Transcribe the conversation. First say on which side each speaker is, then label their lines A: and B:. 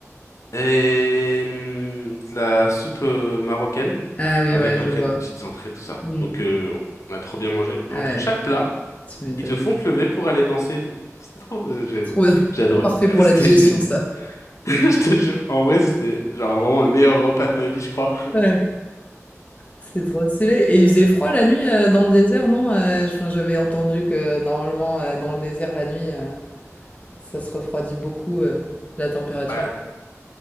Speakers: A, on the left; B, on the left.
A: et hum, de la soupe euh, marocaine
B: Ah oui,
A: avec
B: ouais,
A: après
B: je vois.
A: des petites entrées, tout ça.
B: Hmm.
A: Donc, euh, on a trop bien mangé. Et
B: Ah
A: entre
B: Ouais,
A: chaque plat,
B: tu m'étonnes.
A: ils te font te lever pour aller danser et tout. C'était trop. euh, j'ai
B: Trop bien.
A: j'ai adoré.
B: Parfait
A: <laughs>
B: pour
A: C'était
B: la digestion,
A: génial.
B: ça.
A: <laughs> Je te jure. En vrai, c'était genre vraiment le meilleur repas de ma vie, je crois.
B: Ouais, c'est trop stylé. Et il faisait froid la nuit euh, dans le désert, non? Euh, je- enfin, j'avais entendu que normalement, euh, dans le désert, la nuit. euh, Ça se refroidit beaucoup, heu, la température?
A: Bah,